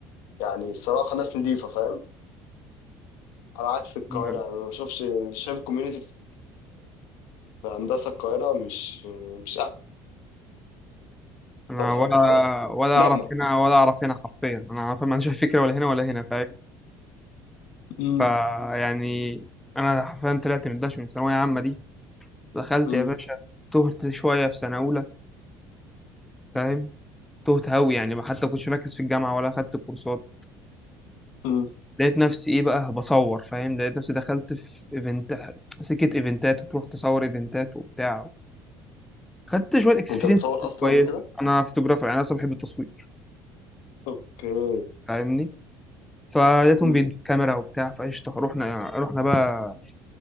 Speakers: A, on the left; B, in the centre.
A: يعني الصراحة ناس نضيفة فاهم على عكس القاهرة
B: نعم.
A: أنا ما بشوفش شايف الكوميونتي في في هندسة القاهرة مش مش أحسن
B: انا
A: حاجة
B: ولا
A: فاهم
B: ولا
A: لما
B: اعرف هنا ولا اعرف هنا حرفيا انا فاهم ما عنديش أي فكره ولا هنا ولا هنا فاهم
A: مم.
B: فيعني انا حرفيا طلعت من داش من ثانويه عامه دي دخلت
A: مم.
B: يا باشا تهت شويه في سنه اولى فاهم تهت هوي يعني ما حتى كنتش مركز في الجامعه ولا اخدت كورسات
A: مم.
B: لقيت نفسي ايه بقى بصور فاهم لقيت نفسي دخلت في ايفنت سكه ايفنتات وتروح تصور ايفنتات وبتاع خدت شويه اكسبيرينس
A: انت بتصور اصلا
B: كويس
A: وكده
B: انا فوتوغرافر يعني انا اصلا بحب التصوير
A: اوكي
B: فاهمني فلقيتهم
A: مم.
B: بيدوا كاميرا وبتاع فقشطه رحنا رحنا بقى